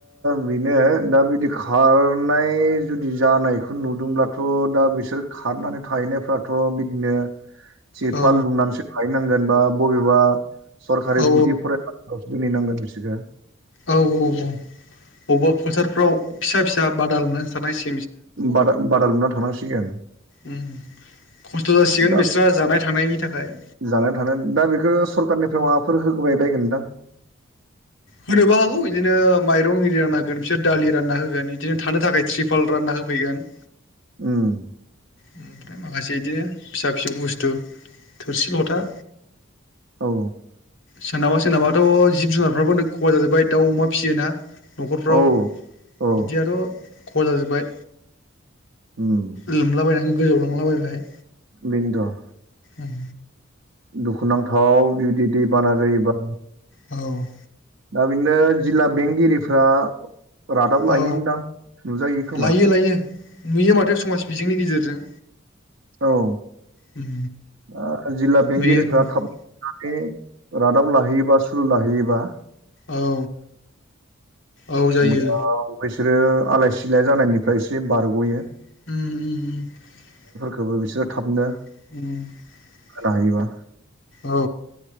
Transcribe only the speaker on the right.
बेनो दा बिदि खार नाय जुदि जानायखौ नुदोंब्लाथ' दा बिसोर खारनानै थाहैनायफ्राथ' बिदिनो ओ तिरफाल
लुनानैसो थाहैनांगोन बा बबेबा सरकारि
गुदि फरायसाफोरावसो दोनहैनांगोन। फ्रिसोखा
बादा बादा लुना थानांसिगोन।
दा
जानानै थानो दा बेखौ सरखारारनिफ्राय माबाफोर होबाय बायगोन नोंदां
उम
औ
औ
औ
उम
बेनोथ'
दुखुनांथाव बिबदि दैबाना जायोबा
दा बिदिनो जिल्ला बेंगिरिफ्रा रादाब लायोनदां
नुजायो खोमा
औ
ओ जिल्ला बेंगिरिफ्रा
थाब। <unintelligible> बे रादाब लाहैयोबा सुलु लाहैयोबा
<unintelligible> ओ बैसोरो आलाय सिलाय जानायनिफ्राय एसे बारगयो।
गोबो बिसोर थाबनो।
खोनाहोयोबा।